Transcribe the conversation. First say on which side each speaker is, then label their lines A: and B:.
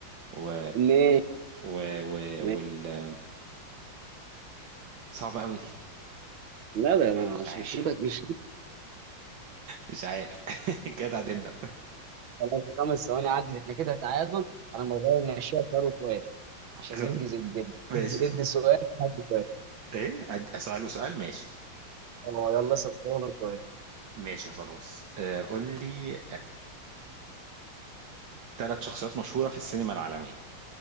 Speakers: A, on the right (about 70°); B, on the right (about 85°).
A: و
B: ماشي
A: و... و...
B: ماشي
A: والنادرة صعبة قوي دي
B: لا ده ما-
A: مش
B: مش
A: عارف
B: مش شبه مش
A: مش عارف <laughs> كده اتعادلنا
B: خلاص خمس ثواني عدت احنا كده تعادل انا مغير ماشيها سؤال وسؤال عشان
A: خ-
B: ننجز الدنيا
A: ماشي
B: ادي
A: خلاص
B: ادي سؤال ادي سؤال
A: ايه أد- اسأله سؤال ماشي
B: اه يلا اسال سؤال وأنا سؤال
A: ماشي خلاص آه قول لي ثلاث شخصيات مشهورة في السينما العالمية